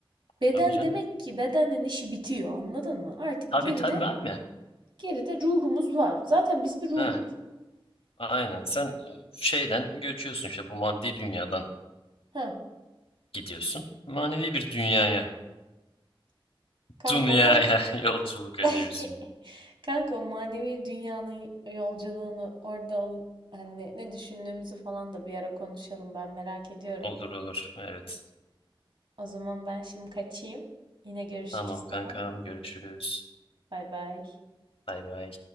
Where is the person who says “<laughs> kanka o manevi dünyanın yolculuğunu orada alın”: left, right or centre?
Right